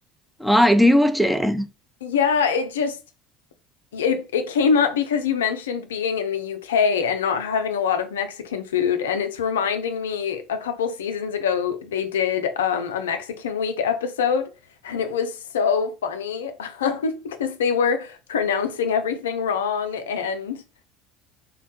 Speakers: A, in the centre; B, on the left (about 85°).
A: Why do you watch it? <laughs>
B: Yeah, it just It it came up because you mentioned being in the UK and not having a lot of Mexican food, and it's reminding me a couple seasons ago they did um, a Mexican Week episode, and it was so funny <laughs> um, because they were pronouncing everything wrong and